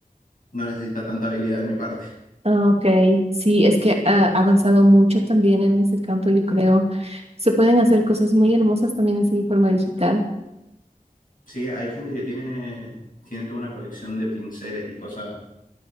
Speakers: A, on the left; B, on the right.
A: no necesita tanta habilidad de mi parte.
B: Ah, Ok, sí, es que ha avanzado mucho también en ese campo, yo creo. Se pueden hacer cosas muy hermosas también así de forma digital.
A: Sí, hay gente que tiene, tiene toda una colección de pinceles y cosas